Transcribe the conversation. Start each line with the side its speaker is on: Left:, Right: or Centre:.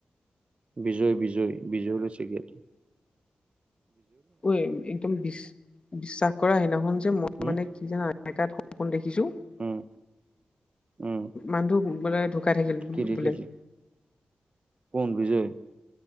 Right: বিজয়-বিজয়-বিজয় লৈছে জ্ঞাতি।
Left: ঐ, একদম বিশ-বিশ্বাস কৰা, সেইদিনাখন যে মই
Right: উম
Left: মানে কি জানা <unintelligible> সপোন দেখি ছো,
Right: উম উম
Left: মানুহটো মানে ঢুক কায় থাকিল
Right: কি দেখিলি
Left: বোলে।
Right: কোন বিজয়